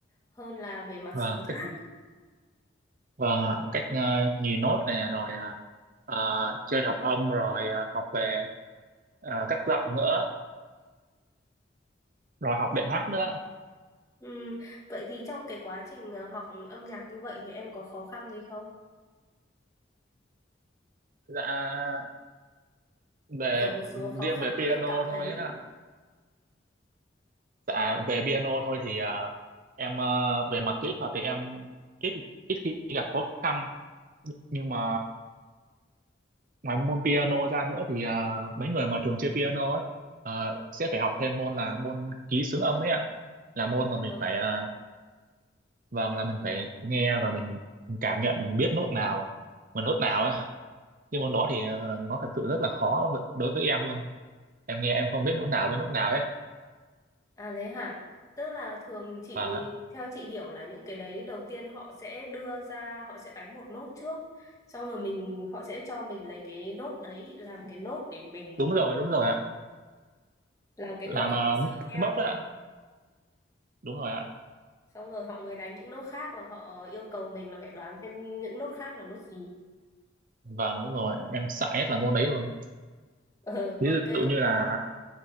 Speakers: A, on the left; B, on the right.
A: hơn là về mặt
B: và
A: sáng
B: cách
A: tác.
B: và cách ờ, nhìn nốt nè rồi ờ, ờ, chơi hợp âm rồi ờ, học về ờ, các giọng nữa rồi học đệm hát nữa
A: Ừm, Vậy thì trong cái quá trình ờ, học âm nhạc như vậy thì em có khó khăn gì không?
B: dạ về
A: Kiểu một số khó
B: riêng
A: khăn
B: về
A: mà
B: piano
A: em cảm thấy
B: thôi á dạ về piano thôi thì ờ, em ờ, về mặt kỹ thuật thì em ít ít khi gặp khó khăn nhưng mà ngoài môn piano ra nữa thì ờ, mấy người mà thường chơi piano ấy, ờ, sẽ phải học thêm môn là môn ký xướng âm ấy ạ là môn mà
A: ờ,
B: mình phải ờ, vâng là mình phải nghe và mình cảm nhận mình biết nốt nào và nốt nào ấy. nhưng môn đó thì ờ, nó thật sự rất là khó đối với em luôn em nghe em không biết nốt nào với nốt nào hết
A: À thế hả? Tức là thường chị
B: vâng ạ
A: theo chị hiểu là những cái đấy đầu tiên họ sẽ đưa ra họ sẽ đánh một nốt trước xong rồi mình họ sẽ cho mình lấy cái nốt đấy làm cái nốt để mình
B: đúng rồi đúng rồi ạ
A: làm cái
B: làm
A: nốt để
B: à,
A: mình dựa
B: cái
A: theo
B: móc đấy ạ đúng rồi ạ
A: xong rồi họ mới đánh những nốt khác và họ yêu cầu mình là phải đoán xem những nốt khác là nốt gì. <laughs>
B: vâng đúng rồi em sợ nhất là môn đấy luôn
A: Ừ
B: ví
A: ok
B: dụ như là